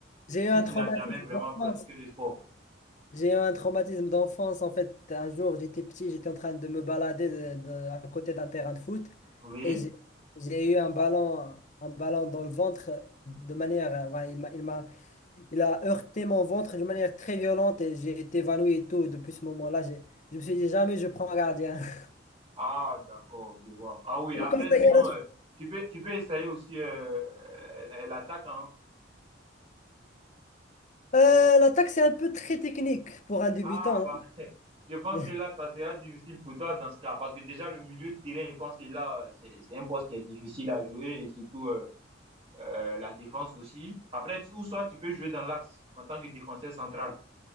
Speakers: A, on the left (about 40°); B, on the right (about 30°).
A: J'ai
B: si
A: eu un
B: tu
A: traumatisme
B: n'as jamais vraiment
A: d'enfance.
B: pratiqué le sport.
A: J'ai eu un traumatisme d'enfance. En fait, un jour, j'étais petit, j'étais en train de me balader de- de- à côté d'un terrain de foot
B: Oui?
A: et j'ai j'ai eu un ballon, un ballon dans le ventre de manière. euh, voilà, il m'a, il m'a, il a heurté mon ventre d'une manière très violente et j'ai été évanoui et tout. Depuis ce moment-là, j'ai- je me suis dit jamais je prends un gardien. <laughs>
B: Ah, d'accord, je vois. Ah oui, après,
A: Je vous conseille
B: sinon,
A: à la
B: euh, tu peux, tu peux essayer aussi euh, euh, l'attaque, hein.
A: Euh, l'attaque, c'est un peu très technique pour un débutant.
B: Ah, bah, <laughs> je pense
A: hein.
B: que là, ça sera difficile pour toi dans ce cas, parce que déjà, le milieu de terrain, je pense que là, euh, c'est c'est un poste qui est difficile à jouer, et surtout. euh, euh, la défense aussi. Après, tu- ou soit tu peux jouer dans l'axe en tant que défenseur central.